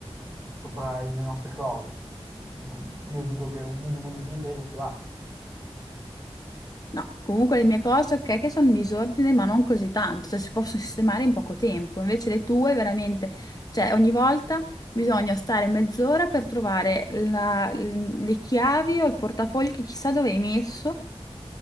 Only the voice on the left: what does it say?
No, comunque le mie cose, ok, che sono in disordine, ma non così tanto, cioè si possono sistemare in poco tempo. Invece le tue veramente, cioè ogni volta bisogna stare mezz'ora per trovare la- le chiavi o il portafoglio che chissà dove hai messo.